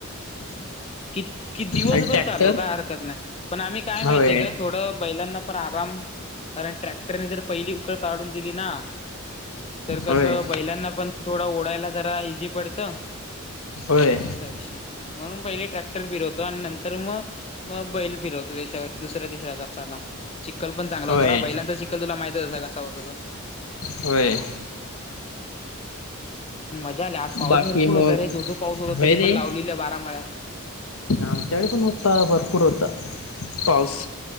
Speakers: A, on the left; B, on the left.
A: रिकामा ऑडिओ कि कि दिवसभर
B: आणि ट्रॅक्टर
A: चालव का हरकत नाही पण आम्ही काय
B: होय
A: माहितीय काय थोडं... बैलांना पण आराम कारण ट्रॅक्टरने जर पहिली उकळ काढून दिली ना.. तर कसं
B: होय
A: बैलांना पण थोडं ओडायला जरा इझी पडतं.
B: होय
A: असा विषय म्हणून पहिले ट्रॅ टटर फिरवतो आणि नंतर मग बैल फिरवतो त्याच्यावर दुसऱ्या तिसऱ्या तासाला चिखल पण चांगला
B: होय
A: होता ना बैलांचा चिखल तुला माहितीये ना कसा होतो
B: होय
A: पण मजा आली आज पाऊस
B: बाकी
A: भरपूर
B: मग
A: होत रे दो दो पाऊस होतो
B: होय
A: तरी
B: रे
A: पण लावलेली आहे बारामळ्या
B: आमच्याकडे पण होता भरपूर होता पाऊस